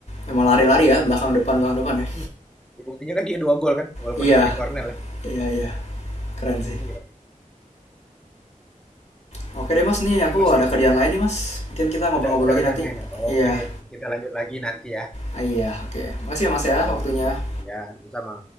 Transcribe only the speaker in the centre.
Hmm. Ya, buktinya kan dia dua gol kan, walaupun
dari Cornell ya.
Jadi
ya,
ini
Masnya
ada ada
kerjaan
lain ya. Oke,
kita lanjut lagi nanti ya.
Oke,
ya sama.